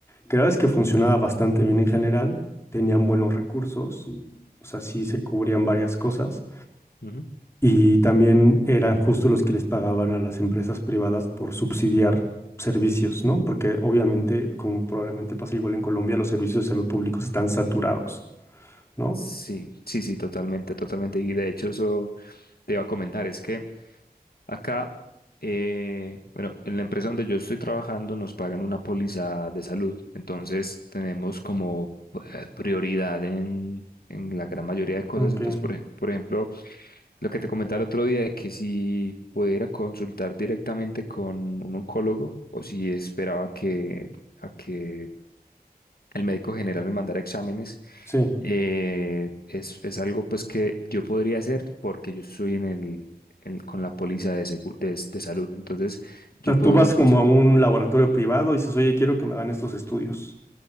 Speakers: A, on the left; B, on the left.
A: que la verdad es que funcionaba bastante bien en general, tenían buenos recursos, o sea, sí se cubrían varias cosas,
B: Ujú.
A: y también eran justo los que les pagaban a las empresas privadas por subsidiar servicios, ¿no? Porque obviamente, como probablemente pasa igual en Colombia, los servicios de salud públicos están saturados, ¿no?
B: Sí, sí, sí, totalmente, totalmente. Y de hecho eso te iba a comentar, es que Acá, eh, bueno, en la empresa donde yo estoy trabajando nos pagan una póliza de salud, entonces tenemos como eh, prioridad en, en la gran mayoría de cosas.
A: Ok,
B: Entonces, por, ej- por ejemplo, lo que te comentaba el otro día de que si pudiera consultar directamente con un oncólogo o si esperaba que, a que el médico general me mandara exámenes,
A: sí.
B: eh, es, es algo pues que yo podría hacer porque yo estoy en el, en- con la póliza de, segu- de, de salud. Entonces, yo
A: sea,
B: puedo,
A: tú vas como a un laboratorio privado y dices, oye, quiero que me hagan estos estudios.